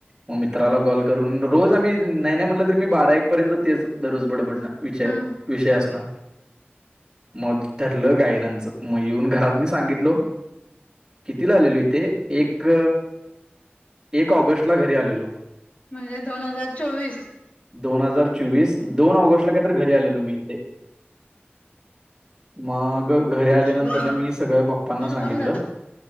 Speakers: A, on the right; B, on the left.
A: मग मित्राला
B: हा
A: कॉल करून रोज आम्ही नाही नाही म्हटलं तरी मी बारा एक पर्यंत तेच दररोज बडबडणं विषय
B: हा
A: विषय असनार मग ठरलं गायरांचं मग येऊन घरात मी सांगितलो. कितीला आलेलो इथे एक एक ऑगस्ट ला घरी आलेलो.
B: म्हणजे दोन हजार चोवीस.
A: दोन हजार चोवीस दोन ऑगस्ट ला काहीतरी घरी आलेलो मी इथे. मग घरी आल्यानंतर
B: शुभम
A: न
B: दत्त
A: मी सगळ पप्पांना
B: शुभम
A: सांगितलं.
B: दत्त